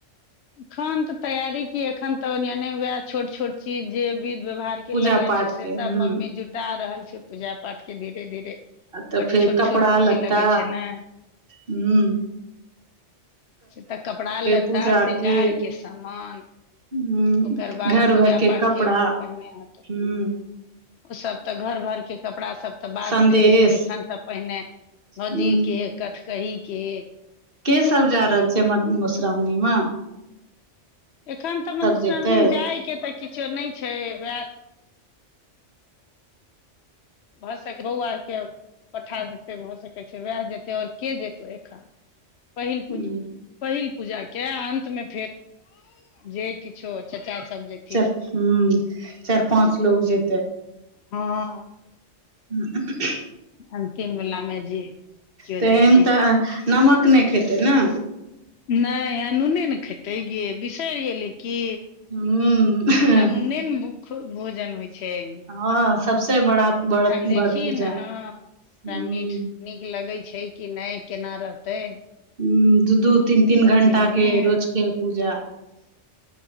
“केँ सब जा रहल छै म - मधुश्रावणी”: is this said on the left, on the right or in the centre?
Right